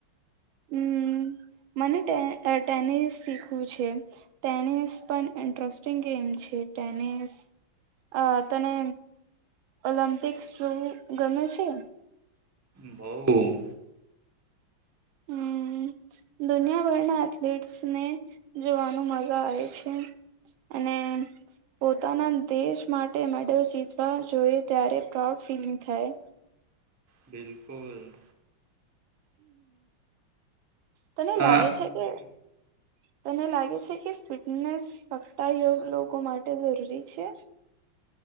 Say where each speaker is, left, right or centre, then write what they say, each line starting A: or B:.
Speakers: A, on the right; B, on the right.
A: અમ્મ, મને ટે એ ટેનિસ શીખવું છે. ટેનિસ પણ ઇન્ટરસ્ટિંગ ગેમ છે. ટેનિસ અ, તને ઓલમ્પિક્સ જોવું ગમે છે?
B: બોઉ.
A: અમ્મ, દુનિયાભરના એથ્લીટ્સને જોવાનું મજા આવે છે અને પોતાના દેશ માટે મેડલ જીતવા જોએ ત્યારે પ્રાઉડ ફીલિંગ થાય.
B: બિલકુલ.
A: તને લાગે
B: અ
A: છે કે તને લાગે છે કે ફિટનેસ ફક્તા યોગ લોકો માટે જરૂરી છે?